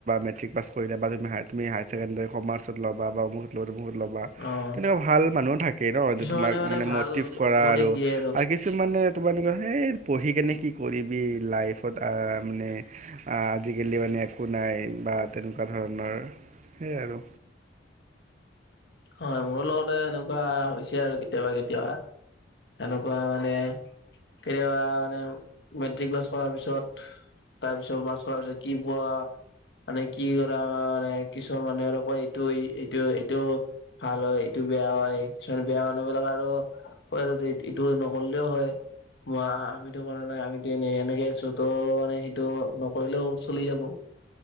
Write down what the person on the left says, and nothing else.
অ',
কিছুমানে
ভাল
উপদেশ
দিয়ে
হয় মোৰো লগতে এনেকুৱা হৈছে আৰু কেতিয়াবা কেতিয়াবা। এনেকুৱা মানে এতিয়া মানে মেট্ৰিক পাছ কৰাৰ পিছত তাৰ পিছত কি পঢ়া মানে কি কৰা মানে কিছুমান মানুহে আৰু কয় এইটো এইটো এইটো ভাল হয় ইটো বেয়া হয় কিছুমান বেয়া মানুহ বিলাক আৰু কয় আৰু যে এইটো নহলেও হয় মই আমিতো কৰা নাই আমিতো এনে এনেকে আছোঁ তইও মানে সেইটো নকৰিলেও চলি যাব।